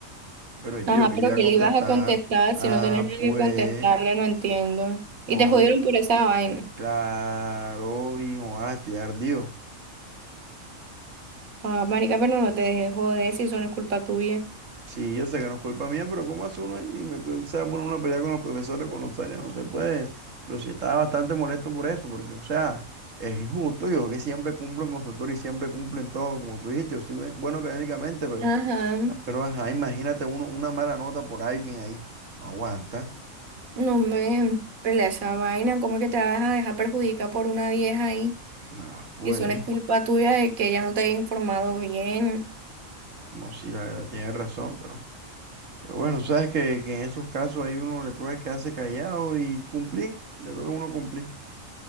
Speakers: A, on the right; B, on the right.
A: pero es
B: Ajá,
A: que yo quería
B: pero
A: ir a
B: qué
A: contestar,
B: le ibas a contestar
A: ah,
B: si no tenías nada
A: pues,
B: que contestarle, no entiendo.
A: no,
B: Y te jodieron
A: eh,
B: por esa vaina.
A: claro, hijo, ah, estoy ardido.
B: Ah, marica, pero no te dejes joder si eso no es culpa tuya.
A: Sí, yo sé que no es culpa mía, pero ¿cómo hace uno ahí? Dime, que se va a poner una pelea con los profesores, con los usuarios, no se puede. Pero sí estaba bastante molesto por eso, porque, o sea, es injusto. Yo que siempre cumplo en consultorio y siempre cumplo en todo, como tú dijiste, yo soy buen- bueno académicamente, pero,
B: Ajá,
A: ah, pero ajá, imagínate uno, una mala nota por alguien ahí. No aguanta.
B: no me pelea esa vaina. ¿Cómo es que te vas a dejar perjudicar por una vieja ahí?
A: Nada, pues,
B: Si eso no es culpa tuya de que ella no te haya informado bien.
A: no, sí, la verdad, tienes razón, pero, pero bueno, sabes que, que en esos casos ahí uno le toca quedarse callado y cumplir, le toca a uno cumplir.